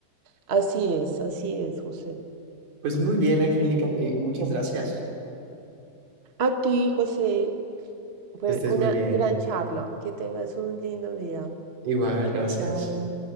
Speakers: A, on the right; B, on the right.
A: Así es, así es, José.
B: Pues muy bien, Angélica, eh, muchas gracias.
A: A ti, José, fue
B: Que estés
A: una
B: muy bien.
A: gran charla. Que tengas un lindo día.
B: Igual,
A: Chao,
B: gracias.
A: chao.